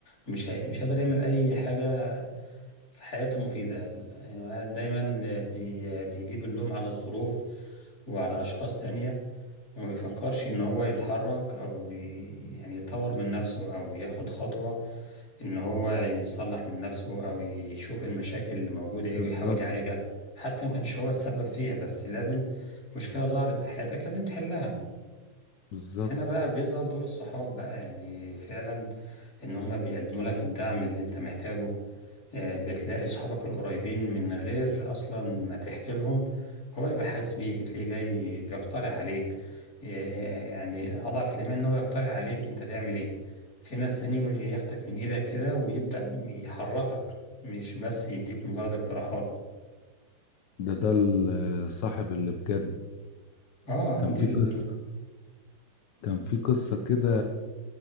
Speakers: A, on the left; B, on the left.
A: مش هي... مش هيقدر يعمل أي حاجة في حياته مفيدة يعني الواحد دايما بي بيجيب اللوم على الظروف وعلى أشخاص تانية وما بيفكرش إن هو يتحرك أو ي- يعني يطور من نفسه أو ياخد خطوة إن هو يصلح من نفسه أو يشوف المشاكل اللي موجودة إيه
B: بالظبط
A: ويحاول يعالجها حتى لو مكانش هو السبب فيها بس لازم مشكلة ظهرت في حياتك لازم تحلها
B: بالظبط
A: هنا بقى بيظهر دور الصحاب بقى يعني فعلا ان هما بيقدموا لك الدعم اللي انت محتاجه آه، بتلاقي صحابك القريبين من غير اصلا ما تحكي لهم هو يبقى حاسس بيك تلاقيه جاي بيقترح عليك آه، آه، يعني اضعف الايمان ان هو يقترح عليك انت تعمل ايه في ناس تاني ياخدك من ايدك كده ويبدأ يحركك مش بس يديك مجرد اقتراحات
B: ده ده الصاحب اللي بجد
A: اه
B: كان
A: دي
B: في
A: ال-
B: كان في قصة كده